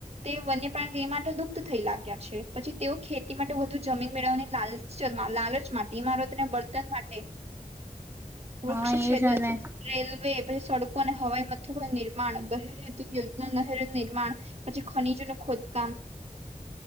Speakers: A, on the right; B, on the right.
A: તે વન્ય પ્રાણીય માટે દુપ્ત થઈ લાગ્યા છે, પછી તેઓ ખેતી માટે વધુ જમીન મેળવાની લાલ ચમાં લાલચમાં ટી મારે ને બર્તન માટે.
B: હા
A: વૃક્ષ છેદન
B: એજ ને
A: રેલવે, પછી સડકો અને હવાઈ મથકો નિર્માણ, બ <inaudible> હેતુ યોજના નહેર નિ ર્માળ, પછી ખનીજો નું ખોદકામ.